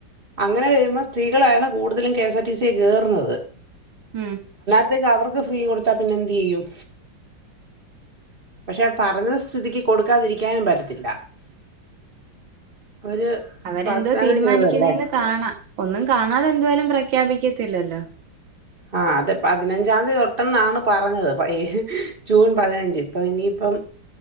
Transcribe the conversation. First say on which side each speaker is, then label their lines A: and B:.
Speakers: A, on the right; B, on the right.
A: അങ്ങനെ വരുമ്പോ സ്ത്രീകളാണ് കൂടുതലും K S R T. C കേറ്ന്നത്.
B: ഉം
A: അതക്കെ അവർക്ക് ഫ്രീ കൊടുത്താ പിന്നെ എന്ത് ചെയ്യും പക്ഷെ പറഞ്ഞ സ്ഥിതിക്ക് കൊടുക്കാതിരിക്കാനും പറ്റത്തില്ല. അവര്
B: അവരെന്തോ
A: വാഗ്ദാനം
B: തീരുമാനിക്കുന്ന്
A: ചെയ്തതല്ലേ
B: കാണാം ഒന്നും കാണാതെ എന്തായാലും പ്ര ഖ്യാപിക്കത്തില്ലല്ലോ
A: ആ അതെ പതിനഞ്ചാം തീയതി തൊട്ടെന്നാണ് പറഞ്ഞത് ജൂൺ പതിനഞ്ച് ഇപ്പൊ ഇനി ഇപ്പം